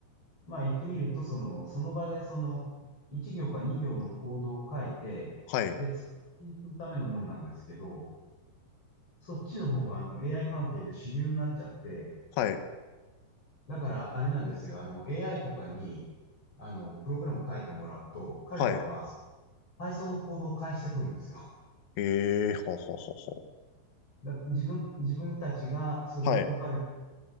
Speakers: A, on the left; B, on the left.
A: まあ言ってみると、その、その場でその、1行か2行のコードを書いて、
B: はい。
A: で、使っていくためのもんなんですけど、そっちの方があの AI 関係で主流になっちゃって、
B: はい、
A: だからあれなんですよ、あの AI とかに、あの、プログラム書いてもらうと、彼らは
B: はい。
A: Python のコードを返してくるんですよ。
B: ええーほうほうほうほう。
A: だ自分、自分たちがそれで書かれて、
B: はい、